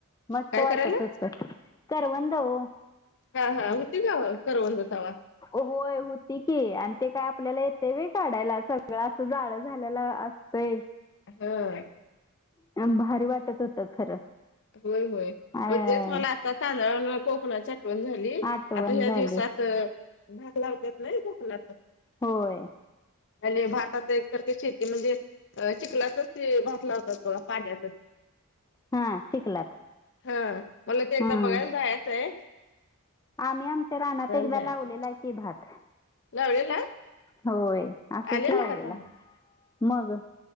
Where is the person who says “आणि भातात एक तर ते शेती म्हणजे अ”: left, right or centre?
Left